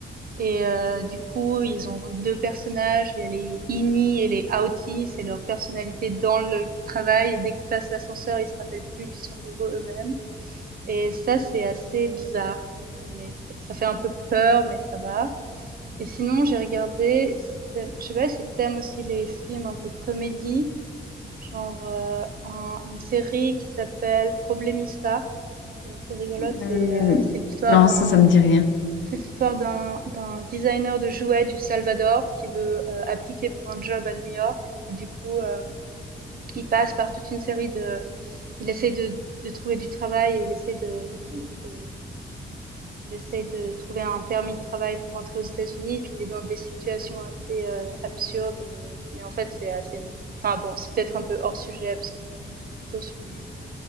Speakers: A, on the right; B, on the left.
A: Et euh, du coup, ils ont deux personnages, il y a les Ini et les Outi, c'est leur personnalité dans le travail et dès qu'ils passent l'ascenseur, ils se rappellent plus puis ils sont de nouveau eux-mêmes. Et ça, c'est assez bizarre, mais ça, ça fait un peu peur, mais ça va. Et sinon, j'ai regardé, si t'aimes- je sais pas si t'aimes aussi les films un peu comédie. Genre, heu, un une série qui s'appelle Problemista, qui est assez rigolote. C'est,
B: Hum,
A: heu, c'est l'histoire
B: Non,
A: d'un
B: ça, ça me dit rien.
A: c'est l'histoire d'un d'un designer de jouets du Salvador qui veut, heu, appliquer pour un job à New York et du coup, hem, il passe par toute une série de il essaie de de trouver du travail et il essaie de de il essaye de trouver un permis de travail pour rentrer aux États-Unis et puis il est dans des situations assez euh, absurdes. euh, mais en fait, c'est assez rigolo. Enfin bon, c'est peut-être un peu hors sujet parce qu'on est- on était plutôt sur les,